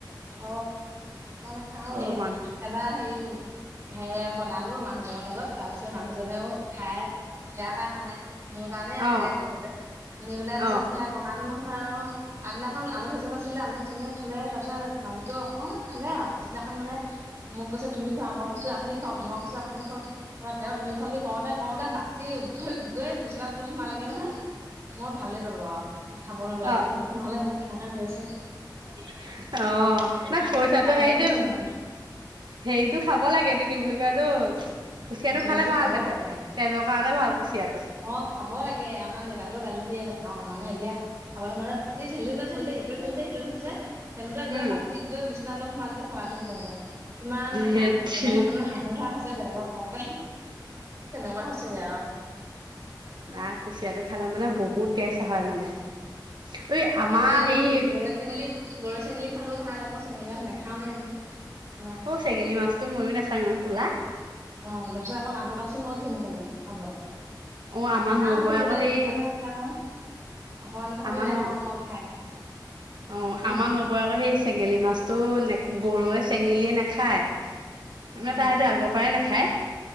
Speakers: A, on the right (about 40°); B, on the right (about 75°).
A: অ অ নাখাও
B: আৰু
A: এ
B: মান
A: এবাৰ হেৰি। উম, সেই বনালো মানুহজনৰ লগত তাৰ পিছত মানুহজনেও খাই বেয়া পাই মানে মোৰ কাৰণেই আনিলে
B: অ'
A: খাবলে, আনি পেলাই তাৰপিছত
B: অ'
A: খাই বনালো নহয়। হয় অ আগনাখন আলহী এজন আছিলে আলহীজনে খালে তাৰপিছত মানুহতো অকনমান খালে আৱ পিছদিনাখন মানে মোক কৈছে তুমি খোৱা মই কৈছো আপুনি খাওঁক মই কৈছো আপুনি খাওক ত তেওঁ তুমি খোৱা বুলি কওঁতে কওঁতে দাতি উফৰি গৈ বিচনাৰ তলত সোমালে। নহয় মই ভালেই পালো আৰু খাব নলগাকে
B: অ'
A: হ'ল। নহলে মোক খা খা কৈ আছে।
B: অ নাই খৰিচাটো
A: কমেডি
B: হেৰিটো,
A: হ'ল মানে
B: হেৰিতটো খাব লাগে কি বুলি কয় এইটো। কুচিয়াটো
A: জোলতটো
B: খালে ভাল
A: খাব
B: তাতে
A: লাগে,
B: তেজৰ কাৰণে ভাল কুচিয়াটো
A: অ, খাব লাগে আমাৰ দেউতাহটো গালি দিয়ে না খা কাৰণে এতিয়া খাবলৈ মানে মাটি ঠেলোতে ঠেলোতে ইটো ঠেলিছে সিটো ঠেলছে খেলোতে গৈ
B: উম
A: মাতিত গৈ বিচনা তলত সোমালেগে থেলা থেলি কৰোতে, ইমান
B: ধেৎ
A: হাঁহি
B: তেৰি
A: কথাটো মানে হাঁহি উঠা হৈছে। বেলেগক কওঁতে তেনেকুৱা হৈছেগে আৰু।
B: না কুচিয়াটো খালে মানে বহুত তেজ হয় মানে। ঐ আমাৰ
A: আকৌ এইবোৰ
B: হেৰি
A: স গৰৈ চেঙেলী গৰৈ চেঙেলী খালেও ভাল আকৌ চেঙেলী মাছ নাখাওে আমি মই
B: অ চেঙেলী মাছটো ময়ো নাখাওঁ ইমান কলা
A: অ তাৰপিছত আকৌ মাগুৰ মাছো মই ঘৃণ কৰো খাবলৈ
B: অ আমাৰ নবৌৱে
A: খাওঁ কিন্তু
B: আকৌ
A: দেই,
B: সেই
A: নোখোৱাকে নাথাকো। অকমান তথাপি
B: আমাৰ
A: বেয়া
B: নবৌ
A: পাওঁ মই খাই
B: অ
A: উম
B: আমাৰ নবৌৱে আকৌ সেই চেঙেলী মাছতটো নে গৰৈ চেঙেলীয়ে নাখায় মানে
A: উম
B: তাই সেতু আগৰ পৰাই নাখায়